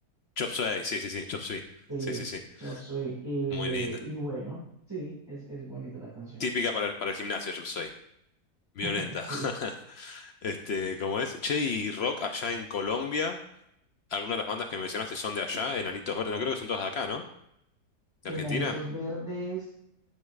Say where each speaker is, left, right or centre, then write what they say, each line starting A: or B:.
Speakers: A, on the left; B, on the right.
A: Chop Suey, sí, sí, sí, Chop Suey,
B: Sí,
A: sí, sí, sí,
B: Chop Suey. Eh,
A: muy linda.
B: y bueno, sí, es, es bonita la canción.
A: Típica para el, para el gimnasio, Chop Suey, violenta.
B: <laughs> Sí.
A: <laughs> Este, ¿cómo es? Che, y rock allá en Colombia, algunas de las bandas que mencionaste son de allá, Enanitos Verdes, no creo que son todas de acá, ¿no? ¿De
B: Enanitos
A: Argentina?
B: Verdes.